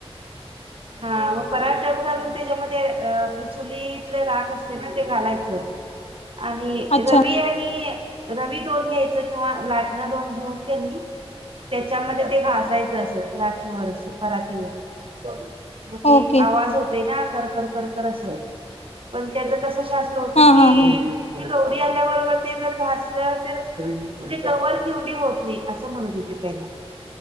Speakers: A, on the left; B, on the right.
A: <unintelligible>
B: हा व परात डब घालून त्याच्यामध्ये आपलं चुलीतलं राख असतय ते ना घालायचं.
A: <unintelligible>
B: आणि
A: अच्छा.
B: रवी आणि रवी दोन घ्यायचं किंवा लाटणं दोन घेऊन कणी त्याच्यामध्ये ते घासायचं असं राठीवर, परातीवर वर मग ते
A: ओके.
B: आवाज होतय ना. खर, खर, खर खर असं पण त्याच कस शास्त्र असं होतं
A: हां,
B: की,
A: हां, हां.
B: गौरी आल्या बरोबर ते जर घासलं तर ते गवर किवडी होत नाही, असं म्हणत होते पहिला.